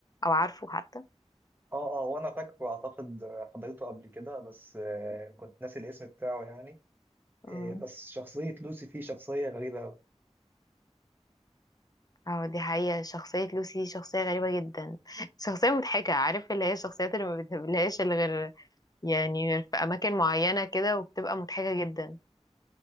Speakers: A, on the left (about 35°); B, on the right (about 20°).
A: او عارفه حتى
B: اه اه وانا فاكره اعتقد حضرته قبل كده بس آه، كنت ناسي الاسم بتاعه يعني
A: مم.
B: إيه، بس شخصية لوسي فيه شخصية غريبة أوي
A: اه دي حقيقة شخصية لوسي دي شخصية غريبة جدا <laughs> شخصية مضحكة عارف اللي هي الشخصيات اللي ما بتقابلهاش إلا غير يعني غير في أماكن معينة كده وبتبقى مضحكة جدا